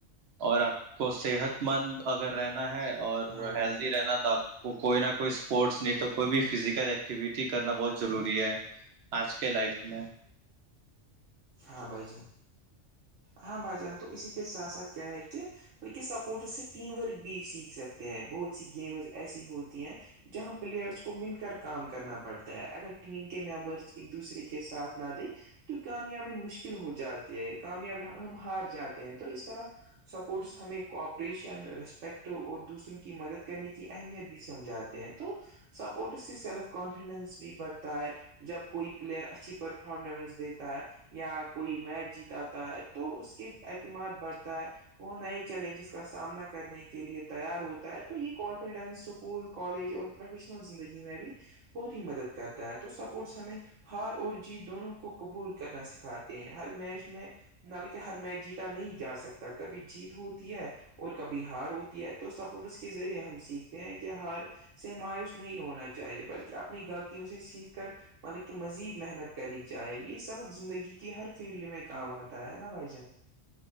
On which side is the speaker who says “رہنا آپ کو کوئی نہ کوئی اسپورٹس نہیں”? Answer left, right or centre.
Right